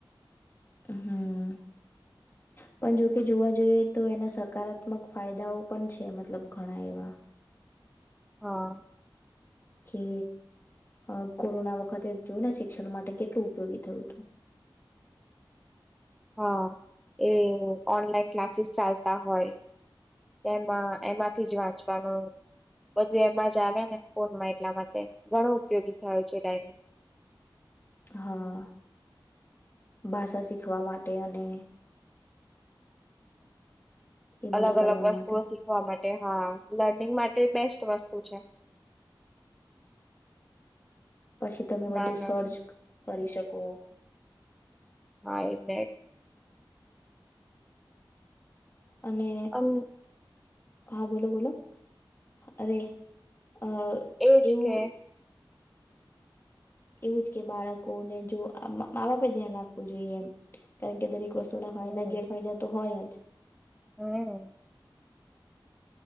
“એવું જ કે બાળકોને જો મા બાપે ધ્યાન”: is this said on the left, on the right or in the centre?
Left